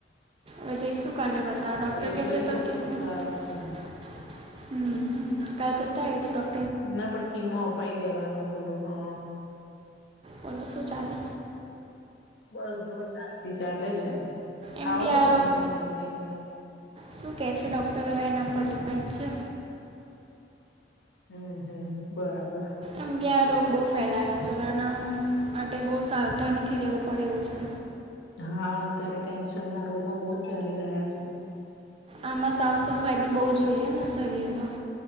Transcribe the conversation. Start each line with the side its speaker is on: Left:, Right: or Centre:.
Right: અવે જઈશું કાલે બતાવા, ડૉક્ટર
Left: યસ
Right: કેસે
Left: લઈ લીધું
Right: <unintelligible>
Left: તો સારું છે એમ
Right: હમ હમ કાલ જતા આઈશું ડોક
Left: ના પણ કીમો અપાઈ દેવાનો થોડો, હં.
Right: ઓલું શું ચાલે?
Left: બસ જુઓ શાંતિ ચાલે છે,
Right: એમ
Left: આવો
Right: બી
Left: તો
Right: આ
Left: મમ્મીને
Right: રોગ
Left: લઈને અહિયાં.
Right: શું કહે છે, ડૉક્ટર હવે એના પર ડિપેન્ડ છે.
Left: હમ્મ હમ્મ‌ બરાબર.
Right: એમ બી આ રોગ બહુ ફેલાયો છે, આના માટે બહુ સાવધાનીથી રહેવું પડે એવું છે.
Left: હા અત્યારે કેન્સરના રોગો બહુ જ ચાલી રહ્યા છે.
Right: આમાં સાફ સફાઈ બી બહુ જોઈએને શરીરમાં.